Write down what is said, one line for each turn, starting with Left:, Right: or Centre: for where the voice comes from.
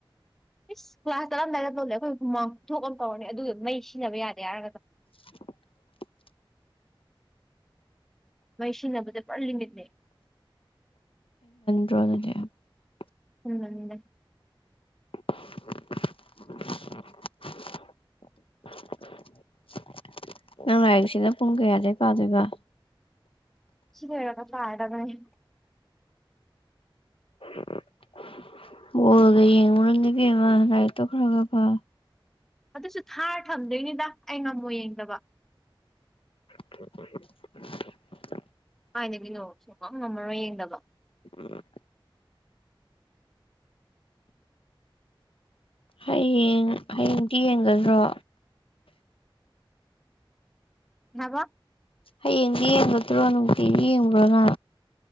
Centre: ꯏꯁ ꯀ꯭ꯂꯥꯁ ꯆꯠꯂꯝꯗꯥꯏꯗ ꯇꯧꯔꯦ ꯑꯩꯈꯣꯏ ꯍꯨꯃꯥꯡ ꯄꯨꯊꯣꯛꯑ ꯑꯃ ꯇꯧꯔꯅꯤ ꯑꯗꯨ ꯃꯩ ꯁꯤꯖꯤꯟꯅꯕ ꯌꯥꯗꯦ ꯍꯥꯏꯔꯒꯗ
Left: <unintelligible>
Centre: ꯃꯩꯁꯤꯅꯕꯗ ꯄꯨꯔꯥ ꯂꯤꯃꯤꯠꯅꯦ
Left: <unintelligible>
Centre: ꯎꯝ ꯎꯦ
Left: <unintelligible> ꯅꯪ ꯂꯥꯏꯛꯁꯤꯅ ꯄꯨꯡ ꯀꯌꯥꯗ ꯀꯥꯗꯣꯏꯒ
Centre: ꯁꯤꯔꯒ ꯄꯥꯒꯅꯤ
Left: <unintelligible> ꯑꯣ ꯑꯗꯨ ꯌꯦ ꯎꯔꯀꯃ ꯂꯥꯏ ꯇꯣ ꯀ꯭ꯔꯒ ꯄ
Centre: ꯑꯗꯨꯁꯨ ꯊꯥꯔ ꯊꯝꯗꯣꯏꯅꯤꯗ ꯑꯩ ꯉꯝꯃꯣ ꯌꯦꯡꯗꯕ
Left: ꯊ
Centre: ꯊꯥꯏꯅꯕꯤꯅꯣꯁꯦꯀꯣ ꯉꯝꯃꯔꯣ ꯌꯦꯡꯗꯕ
Left: ꯎꯝ ꯍꯌꯦꯡ ꯍꯌꯦꯡꯗꯤ ꯌꯦꯡꯒꯗ꯭ꯔꯣ
Centre: ꯌꯥꯕ
Left: ꯍꯌꯦꯡꯗꯤ ꯌꯦꯡꯒꯗ꯭ꯔꯣ ꯅꯨꯡꯇꯤꯒꯤ ꯌꯦꯡꯕ꯭ꯔꯣꯅ